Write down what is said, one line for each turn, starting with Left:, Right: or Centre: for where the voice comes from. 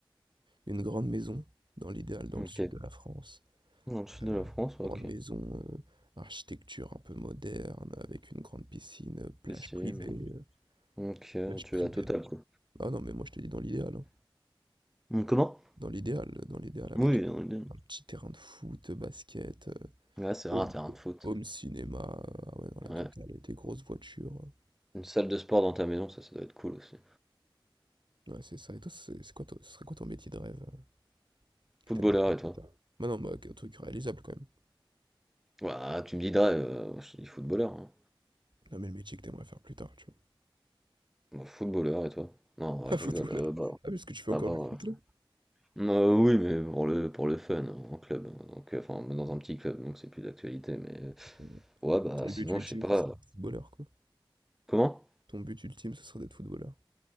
Right: une grande maison, dans l'idéal, dans
Centre: Ok,
Right: le sud de la France.
Centre: dans le sud
Right: Euh,
Centre: de la France, ouais,
Right: grande
Centre: ok,
Right: maison, euh, architecture un peu moderne, avec une grande piscine, euh, plage
Centre: ici,
Right: privée.
Centre: non.
Right: euh,
Centre: Donc euh,
Right: plage
Centre: tu
Right: privée.
Centre: es la totale quoi.
Right: Ah non, mais moi je te dis dans l'idéal. hein.
Centre: Hum, Comment?
Right: Dans l'idéal, dans l'idéal avec
Centre: Oui, on est- deux.
Right: un petit terrain de foot, basket, heu,
Centre: ouais, c'est
Right: home
Centre: vrai, un terrain de foot.
Right: home cinéma, heu, ah ouais, dans la
Centre: Ouais,
Right: totale et des grosses voitures, heu.
Centre: Une salle de sport dans ta maison, ça, ça doit être cool aussi.
Right: Ouais, c'est ça et toi, c'est c'est quoi ton ce serait quoi ton métier de rêve, heu, que
Centre: Footballeur
Right: t'aimerais faire
Centre: et
Right: plus
Centre: toi?
Right: tard? Bah, non, bah, un truc réalisable quand même.
Centre: Ouah, tu me dis drive, heu, moi, je te dis footballeur, hein.
Right: Non, mais le métier que t'aimerais faire plus tard, tu vois?
Centre: Bah, footballeur et toi? Non,
Right: <laughs> Un
Centre: je
Right: footballeur.
Centre: rigole, heu, bah,
Right: Ah, parce que tu fais
Centre: bah,
Right: encore
Centre: bah,
Right: du foot là?
Centre: heu, oui, mais pour le pour le fun, hein, en club, Hein. donc heu, enfin dans un petit club, donc c'est plus d'actualité, mais euh,
Right: Toi, ton
Centre: ouais, bah,
Right: ton
Centre: sinon,
Right: but ultime,
Centre: je sais pas,
Right: ce serait
Centre: heu
Right: d'être footballeur, quoi.
Centre: comment?
Right: Ton but ultime, ce serait d'être footballeur?